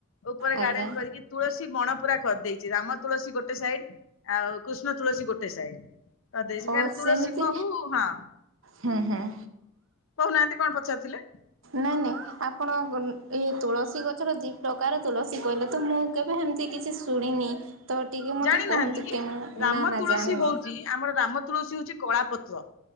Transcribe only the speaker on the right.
ଆଜ୍ଞା
ଓ
ସେମିତି
ହୁଁ ହୁଁ।
ନାଇଁ ନାଇଁ ଆପଣ ଏଇ ତୁଳସୀ ଗଛର ଦି ପ୍ରକାର ତୁଳସୀ କହିଲେ। ତ ମୁଁ କେବେ ଏମିତି କିଛି ଶୁଣିନି। ତ ଟିକେ ମୋତେ
କୁହନ୍ତୁ
କେମି
ନା ନା
ଜାଣିନି।